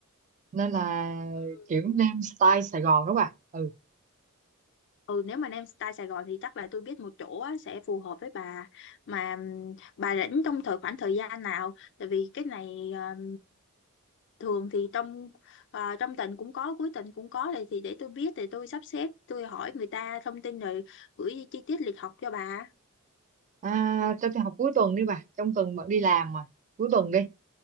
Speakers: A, on the right; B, on the left.
A: nên là
B: Ừ.
A: kiểu nem style Sài Gòn đó bà ừ
B: ừ nếu mà Nam Style Sài Gòn thì chắc là tôi biết một chỗ á, sẽ phù hợp với bà mà ừm, bà rảnh trong thời khoảng thời gian nào tại vì cái này ờm, thường thì trong à, trong tuần cũng có cuối tuần cũng có thì thì để tôi biết thì tôi sắp xếp tôi hỏi người ta thông tin rồi gửi chi tiết lịch học cho bà
A: à, cho tôi học cuối tuần đi bà trong tuần bận đi làm mà cuối tuần đi